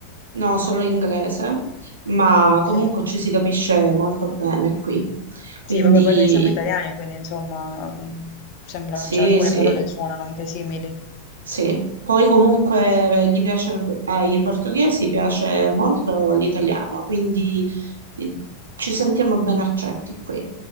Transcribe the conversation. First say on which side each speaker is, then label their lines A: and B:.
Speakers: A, on the right; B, on the left.
A: No, solo inglese, ma
B: Ok.
A: comunque ci si capisce molto bene qui. Quindi
B: Sì, vabbè, poi noi siamo italiani, quindi insomma, mm, sembra,
A: sì,
B: cioè, alcune
A: sì,
B: parole suonano anche simili.
A: sì. Poi comunque gli piace, ai portoghesi piace molto l'italiano, quindi eh, ci sentiamo ben accetti qui.